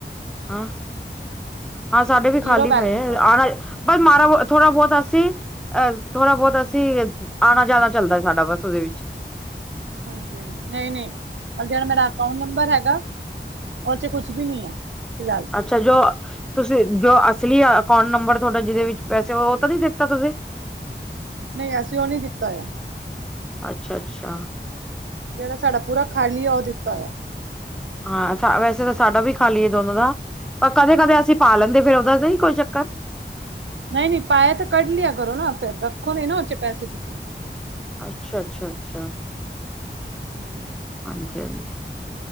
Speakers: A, in the centre; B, on the right.
A: ਹਾਂ, ਆ ਸਾਡੇ ਵੀ
B: ਜ਼ੀਰੋ
A: ਖਾਲੀ
B: ਬੈਲੈਂਸ
A: ਪਏ ਏ, ਆ ਬਸ ਮਾਰਾ ਬੁ, ਥੋੜਾ-ਬਹੁਤ ਅਸੀ ਅ ਥੋੜਾ-ਬਹੁਤ ਅਸੀ, ਆਣਾ-ਜਾਣਾ ਚੱਲਦਾ ਸਾਡਾ ਬੱਸ ਉਹਦੇ ਵਿੱਚ।
B: ਹਾਂਜੀ-ਹਾਂਜੀ, ਨਹੀਂ-ਨਹੀਂ, ਆਜਿਹੜਾ ਮੇਰਾ ਅਕਾੰਊਂਟ ਨੰਬਰ ਹੈਗਾ ਓ'ਚ ਕੁਛ ਬੀ ਨੀ ਆ, ਫਿਲਹਾਲ।
A: ਅੱਛਾ ਜੋ, ਤੁਸੀਂ ਜੋ ਅਸਲੀ ਅਕਾੰਊਂਟ ਨੰਬਰ ਥੋਡਾ, ਜਿਹਦੇ ਵਿੱਚ ਪੈਸੇ, ਉਹ ਤਾਂ ਨੀ ਦਿੱਤਾ ਤੁਸੀਂ?
B: ਨਹੀਂ, ਅਸੀਂ ਉਹ ਨਹੀਂ ਦਿੱਤਾ ਹੋਇਆ।
A: ਅੱਛਾ-ਅੱਛਾ।
B: ਜਿਹੜਾ ਸਾਡਾ ਪੂਰਾ ਖਾਲੀ ਆ, ਉਹ ਦਿੱਤਾ ਹੋਇਆ।
A: ਹਾਂ, ਵੈਸੇ ਤਾ ਸਾਡਾ ਵੀ ਖਾਲੀ ਆ ਦੋਨੋ ਦਾ, ਪਰ ਕਦੇ-ਕਦੇ ਅਸੀਂ ਪਾ ਲੈਂਦੇ, ਫੇਰ ਉਹਦਾ ਤਾ ਨੀ ਕੋਈ ਚੱਕਰ?
B: ਨਹੀਂ-ਨਹੀਂ, ਪਾਇਆ ਤਾਂ ਕੱਢ ਲਿਆ ਕਰੋ ਨਾ, ਫੇਰ ਰੱਖੋ ਨਹੀ ਨਾ ਉ'ਚ' ਪੈਸੇ ਤੁਸੀਂ।
A: ਅੱਛਾ, ਅੱਛਾ, ਅੱਛਾ।
B: <inaudible>
A: ਹਾਂਜੀ-ਹਾਂਜੀ।